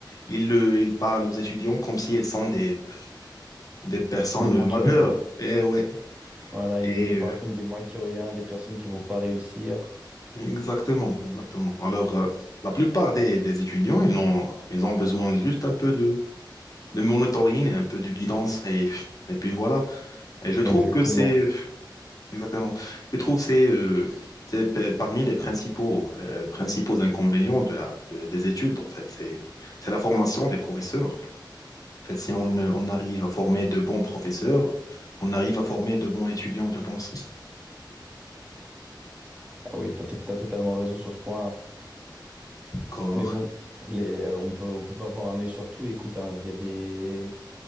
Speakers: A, on the left; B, on the right.
A: ils le, ils parlent aux étudiants comme s'ils sont des, des personnes
B: Les moins
A: majeures.
B: que rien.
A: Et ouais.
B: Voilà,
A: Et
B: ils nous parlent
A: euh,
B: comme des moins que rien, des personnes qui vont pas réussir.
A: Exactement, exactement. Alors, euh, la plupart des, des étudiants, ils ont, ils ont besoin juste un peu de, de monitoring et un peu de guidance. Et, et puis voilà. Et je trouve
B: Exactement.
A: que c'est, exactement, je trouve que c'est euh, c'est p- parmi les principaux, euh, principaux inconvénients de la, de- des études, en fait. C'est, c'est la formation des professeurs. En fait, si on, euh, on arrive à former de bons professeurs, on arrive à former de bons étudiants, je pense.
B: Ah oui, t'as, t'as totalement raison sur ce point-là.
A: D'accord.
B: Mais bon, les- euh, on peut, on peut pas avoir un œil sur tout. Écoute, hein, il y a des...